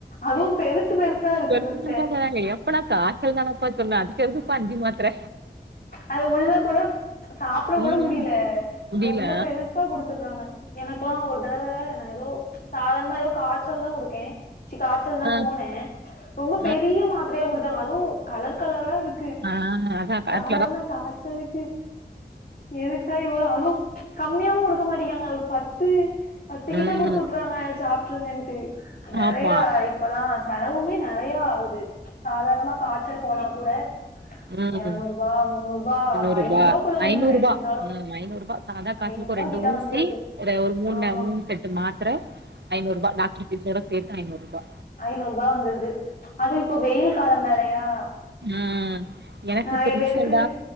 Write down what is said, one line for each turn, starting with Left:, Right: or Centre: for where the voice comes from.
Left: அதுவு பெருசு பெருசா இருக்கு
Right: எட்டு
Left: சிஸ்டர்
Right: மணிக்கா தராங்க எப்பலா கா ச்சல் தானப்பா சொன்ன அதுக் எதுக்குப்பா அஞ்சி மாத்தர
Left: அது உள்ள கூட சாப்ட கூட
Right: ம்
Left: முடில
Right: முடியல
Left: ரொம்ப பெருசா குடுத்துர்றாங்க எனக்லா ஒரு தரவ நா எதோ சாதாண்மா எதோ காச்சல் தா குடுக்கே சி காச்சல் தா
Right: ஆ
Left: போனே ரொம்ப
Right: ஆ
Left: பெரிய மாத்ரயா குடுத்தாங்க அதுவு கலர் கலரா இருந்
Right: ஆ அத கார்
Left: அதான காச்சலுக்கு எதுக்கு தா இவளோ அது கம்மியாவு குடுக்க மாட்டிங்கியாங்க ஒரு பத்து பத்து கிட்ட
Right: ம்
Left: குடுத்துஉட்ருவாங்க சாப்ட்ருங்கன் டு நெறய
Right: ஆமா
Left: இப்பலா செலவுமே நெறையா ஆவுது சாதார்ணமா காச்சல் போனா கூட
Right: ம்
Left: எரநூறுபா முன்னூறுபா
Right: முண்ணூறுபா
Left: ஐநூறுபாக்குள்ள வந்தது
Right: ஐநூறுபா
Left: எப்டினாலு
Right: ம் ஐநூறு அதா காச்சுலுக்கொ
Left: ஐநூறுபா
Right: ஒரு ரெண்டு
Left: கிட்ட
Right: ஊசி
Left: வந்துருது
Right: ஒரே ஒரு மூண்
Left: ஆமா
Right: ந மூண் செட்டு மாத்ர ஐநூருபா டாக்டர் ஃபீசோட சேத்து ஐநூருபா
Left: ஐநூருபா வந்துருது அதுவு இப்ப வெயில் காலம் வேறயா
Right: ம் எனக்
Left: நெறைய
Right: இப்ப ரீசண்டா
Left: பேருக்கு